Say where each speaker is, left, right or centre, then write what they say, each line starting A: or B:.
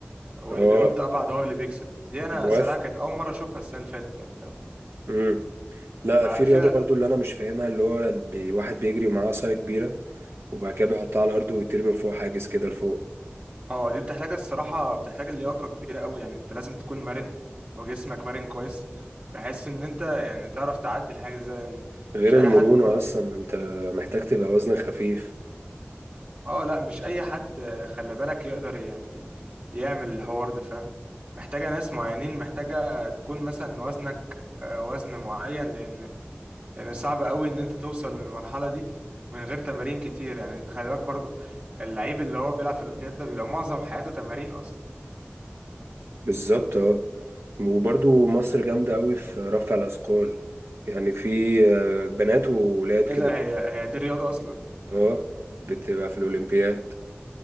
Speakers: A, on the right (about 30°); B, on the right (about 70°).
A: واللي
B: آه
A: بينط ابعد هو اللي بيكسب دي انا
B: الوث
A: الصراحة كانت أول مرة اشوفها السنة اللي فاتت يعني فاهم
B: مم. لا في رياضة
A: ففي
B: برضو اللي أنا مش فاهمها اللي هو بي- واحد بيجري ومعاه عصاية كبيرة وبعد كده بيحطها على الأرض ويطير من فوق حاجز كده لفوق
A: اه دي بتحتاج الصراحة بتحتاج اللياقة كبيرة قوي يعني انت لازم تكون مرن وجسمك مرن كويس بحيث ان انت يعني تعرف تعدي الحاجة زي ان
B: غير
A: مش اي
B: المرونة
A: حد برضه
B: أصلا أنت محتاج تبقى وزنك خفيف
A: اه لا مش اي حد آه، خلي بالك يقدر يعني يعمل الحوار ده فاهم محتاجة ناس معينين محتاجة تكون مثلا وزنك آه، وزن معين لان لان صعب قوي ان انت توصل للمرحلة دي من غير تمارين كتير يعني انت خلي بالك برضه اللعيب اللي هو بيلعب في الاولمبياد ده بيبقى معظم حياته تمارين اصلا
B: بالظبط اه وبرضو مصر جامدة قوي في رفع الأثقال يعني في آه، بنات وولاد كده
A: ايه ده
B: كده
A: هي هي دي رياضة اصلا
B: اه بتبقى في الأولمبياد